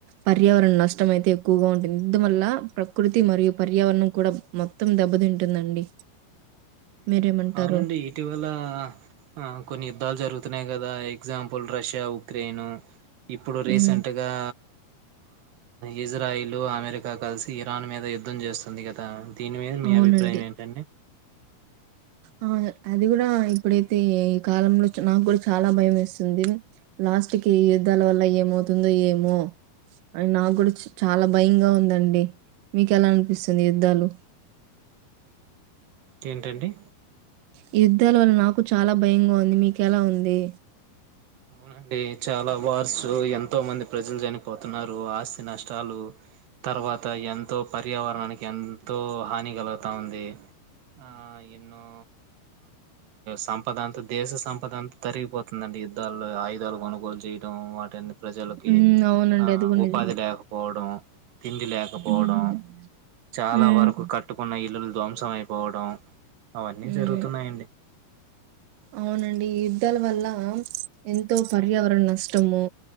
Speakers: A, on the right (about 70°); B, on the right (about 90°).
A: పర్యావరణ నష్టం అయితే ఎక్కువగా ఉంటుంది ఇద్దు వల్ల ప్రకృతి మరియు పర్యావరణం కూడా మొత్తం దెబ్బతింటుందండి మీరేమంటారు?
B: అవునండి ఇటీవల ఆ కొన్ని యుద్ధాలు జరుగుతున్నాయి కదా ఎగ్జాంపుల్ రష్యా ఉక్రెయిన్ ఇప్పుడు
A: హ్మ్.
B: రీసెంట్గా ఇజ్రాయిల్ అమెరికా కలిసి ఇరాన్ మీద యుద్ధం చేస్తుంది గత దీని మీద మీ
A: అవునండి.
B: అభిప్రాయం ఏంటండి
A: ఆ అది కూడా ఇప్పుడైతే ఈ కాలంలో నాకు కూడా చాలా భయం వేస్తుంది లాస్ట్ కి యుద్ధాల వల్ల ఏమవుతుందో ఏమో అ నాకు కూడా చ చాలా భయంగా ఉందండి మీకు ఎలా అనిపిస్తుంది యుద్ధాలు
B: ఏంటండి
A: ఈ యుద్ధాల వల్ల నాకు చాలా భయంగా ఉంది మీకెలా ఉంది.
B: అవునండి చాలా వార్సు ఎంతో మంది ప్రజలు చనిపోతున్నారు, ఆస్ నష్టాలు తర్వాత ఎంతో పర్యావరణానికి ఎంతో హానిగా గుతా ఉంది, ఆ ఎన్నో సంపద అంతా దేశ సంపద అంతా తరిగిపోతుందండి యుద్ధాలు ఆయుధాలు కొనుగోలు చేయ వాటిని ప్రజలకి
A: హ్మ్. అవునండి.
B: ఆ
A: అది కూడా
B: ఉపాధి
A: నిజమే.
B: లేకపోవడం తిండి లేకపోవడం
A: హ్మ్.
B: చాలా
A: హ్మ్.
B: వరకు కట్టుకున్న ఇల్లులు ధ్వంసం అయిపో పోవడం అవన్నీ
A: హ్మ్.
B: జరుగుతున్నాయండి.
A: అవునండి యుద్ధాల వల్ల ఎంతో పర్యావరణ నష్టము,